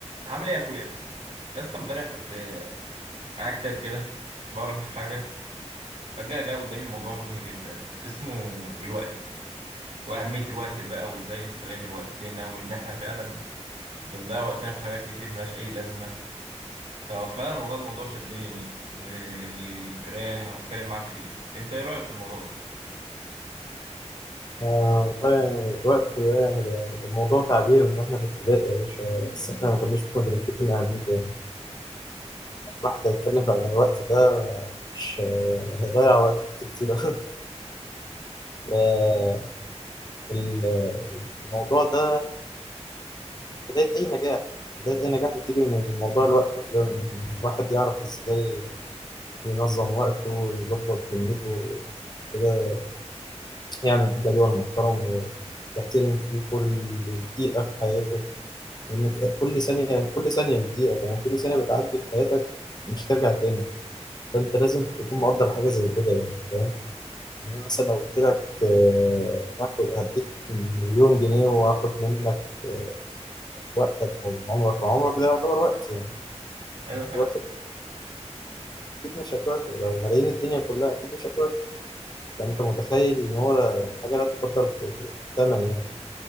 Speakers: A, on the right; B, on the left.
A: عامل ايه يا اخويا يا اسطى امبارح كنت معايا كتاب كده بقرا فيه في حاجه فجاه جه قدامي موضوع مهم جدا اسمه الوقت واهميه الوقت بقى وازاي نستغل وقتنا وان احنا فعلا بنضيع وقتنا في حاجات كتير ملهاش اي لازمه ففعلا والله الموضوع شدني من القرايه يعني وهتكلم معاك فيه انت ايه رايك في الموضوع ده
B: آه والله الوقت ده يعني ده- ده الموضوع تعبير من واحنا في ابتدائي يا باشا بس احنا ما كناش مدركين اهميته يعني لما الواحد هيتكلم عن الوقت ده مش آه، هيضيع وقت كتير <laughs> آه ال- الموضوع ده بداية أي نجاح بداية أي نجاح بتيجي من موضوع الوقت ده إن الواحد يعرف إزاي ينظم وقته يظبط دنيته كده يعمل جدول محترم يحترم فيه كل دقيقة في حياته لأن كل ثانية كل ثانية مش دقيقة كمان كل ثانية بتعدي في حياتك مش هترجع تاني فأنت لازم تكون مقدر حاجة زي كده يعني فاهم يعني أنا مثلا لو قلت لك آه، هاخد هديك مليون جنيه وهاخد منك آه، وقتك أو عمرك وعمرك ده يعتبر وقت يعني
A: ايوه
B: هتوافق
A: فعلا
B: أكيد مش هتوافق لو ملايين الدنيا كلها أكيد مش هتوافق فأنت متخيل إن هو يعني حاجة لا تقدر ب- بالثمن يعني